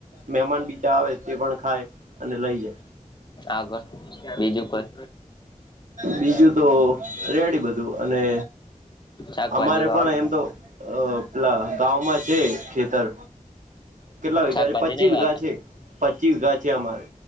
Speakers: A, on the right; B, on the left.
A: મહેમાન બીજા આવે તે પણ ખાય અને લઈ જાય.
B: આગળ બીજું કોઈ
A: બીજું તો તો રેડી બધું અને
B: શાકભાજી
A: અમારે પણ
B: વાવો
A: એમ તો પેલા ગામાં છે ખેતર. કેટલા વીઘા
B: શાકભાજી
A: છે પચીસ
B: નહી
A: વીઘા
B: વાવતા
A: છે પચીસ વીઘા છે, અમારે